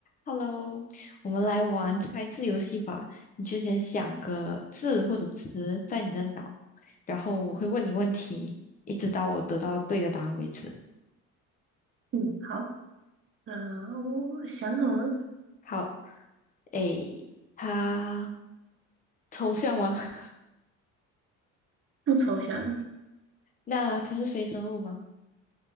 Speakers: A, on the left (about 25°); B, on the right (about 40°).
A: Hello，我们来玩猜字游戏吧。你就先想个字或者词在你的脑，然后我会问你问题，一直到我得到对的答案为止。
B: 嗯，好，那我想好了，
A: 好，诶，它抽象吗？<laughs>
B: 不抽象，
A: 那它是非生物吗？